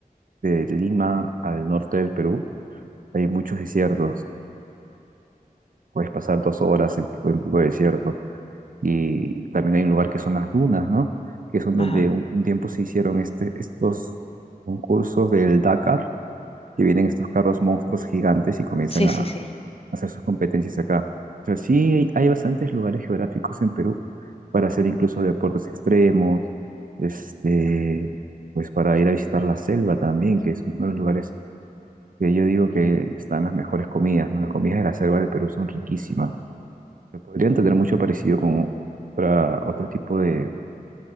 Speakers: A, on the right; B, on the left.
A: de Lima al norte del Perú, hay muchos desiertos. Puedes pasar dos horas en, en puro desierto. Y también hay un lugar que son las dunas, ¿no? Que son donde
B: Ajá.
A: un, un tiempo se hicieron este, estos concursos del Dakar, que vienen estos carros monstruos gigantes y comienzan
B: Sí,
A: a,
B: sí, sí.
A: hacer sus competencias acá. O sea, sí hay, hay bastantes lugares geográficos en Perú para hacer incluso deportes extremos, este, pues para ir a visitar la selva también, que es uno de los lugares que yo digo que están las mejores comidas, ¿no? Las comidas de la selva del Perú son riquísimas. Se podrían tener mucho parecido con otra- otro tipo de